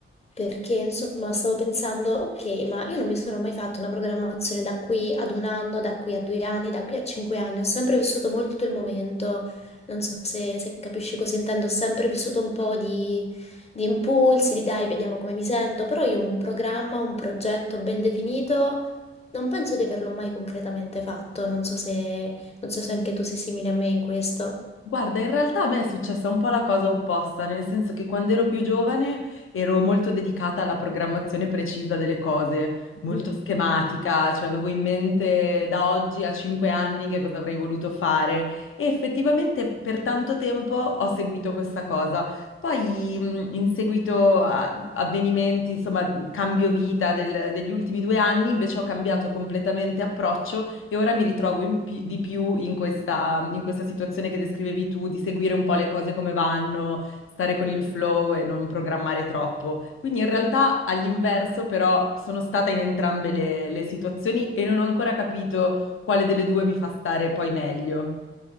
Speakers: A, on the left; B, on the left.
A: Perché insomma stavo pensando, ok, ma io non mi sono mai fatto una programmazione da qui ad un anno, da qui a due anni, da qui a cinque anni, ho sempre vissuto molto il momento, non so se, se capisci cosa intendo, ho sempre vissuto un po' di, di impulsi, di dai, vediamo come mi sento, però io un programma, un progetto ben definito, non penso di averlo mai concretamente fatto, non so se, non so se anche tu sei simile a me in questo.
B: Guarda, in realtà a me è successa un po' la cosa opposta, nel senso che quando ero più giovane ero molto dedicata alla programmazione precisa delle cose, molto
A: Mm.
B: schematica, cioè avevo in mente da oggi a cinque anni che cosa avrei voluto fare e effettivamente per tanto tempo ho seguito questa cosa. Poi mh, in seguito a avvenimenti, insomma, cambio vita del- degli ultimi due anni, invece ho cambiato completamente approccio e ora mi ritrovo in pi- di più in questa, in questa situazione che descrivevi tu, di seguire un po' le cose come vanno, stare con il flow e non programmare troppo. Quindi in realtà all'inverso, però, sono stata in entrambe le, le situazioni e non ho ancora capito quale delle due mi fa stare poi meglio.